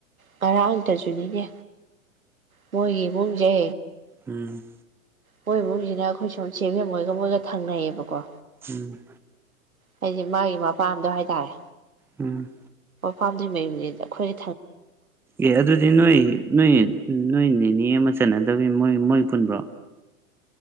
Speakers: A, on the right (about 75°); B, in the centre.
A: ꯉꯔꯥꯡ ꯇꯁꯨꯅꯤꯅꯦ ꯃꯣꯏꯒꯤ ꯏꯃꯨꯡꯁꯦ
B: ꯎꯝ
A: ꯃꯣꯏꯕꯨꯨꯡꯁꯤꯅ ꯑꯩꯈꯣꯏ ꯁꯣꯝ ꯆꯦꯟꯖ ꯃꯣꯏꯒ ꯃꯣꯏꯒ ꯊꯪꯅꯩꯌꯦꯕꯀꯣ
B: ꯎꯝ
A: ꯍꯥꯏꯗꯤ ꯃꯥꯒꯤ ꯃꯄꯥꯝꯗꯣ ꯍꯥꯏꯇꯥꯔꯦ
B: ꯎꯝ
A: ꯑꯥꯝꯗꯨ ꯃꯌꯨꯝꯅꯤ ꯑꯩꯈꯣꯏ
B: ꯑꯦ ꯑꯗꯨꯗꯤ ꯅꯣꯏ ꯅꯣꯏ ꯎꯝ ꯅꯣꯏ ꯅꯦꯅꯦ ꯑꯃ ꯆꯠꯅꯗꯕꯅꯤ ꯃꯣꯏ ꯃꯣꯏ ꯄꯨꯟꯕ꯭ꯔꯣ